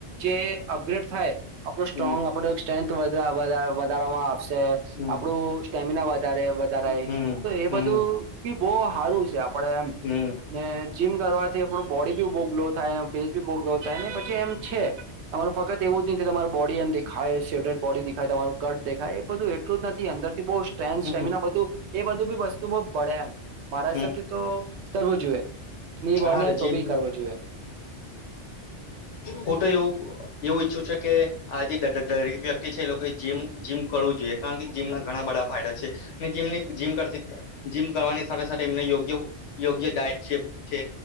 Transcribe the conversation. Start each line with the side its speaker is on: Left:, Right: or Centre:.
Right: જે અપગ્રેડ થાય આપણું સ્ટ્રોંગ,
Left: હમ
Right: આપડું સ્ટ્રેન્થ, વધા વધારે વધારામાં આવશે.
Left: હમ
Right: આપડું સ્ટેમિના વધારે વધારે
Left: હમ
Right: તો એ
Left: હમ
Right: બધું ભી બહ હારું સ છે આપડે એમ
Left: હમ
Right: ને જીમ કરવાથી આપડો બોડી બી ગ્લો ફસી બાય પછ એમ છે તમારું ફક્ત એવું જ નહીં કે તમા બોડી એમ ખાય બોડી દેખાય તમારું કટ દેખાય એ બધું એટલું જ નથી અંદરથી બહુ સ્ટ્રેન્થ
Left: હમ
Right: સ્ટેમિના બધું એ બધું ભી વસ્તુ બહ ભળે એમ મારા
Left: હમ
Right: હિસાબથી તો કરવું જોઈએ. નીઈ બો
Left: હા
Right: ને
Left: જીમ
Right: તો ભી
Left: હું
Right: કરવો જોઈએ.
Left: હું તો એવું એવું ઈચ્છું છે કે આ <inaudible> કે છે એ લોકોમ જીમ કરવું જોઈએ કારણ કે જીમના ઘણા બધા ફાયદા છે. જિમ જિમ કરતી જીમ કરવાની સાથે સાથે એમને યોગ્ય યોગ્ય ડાયટ છે છે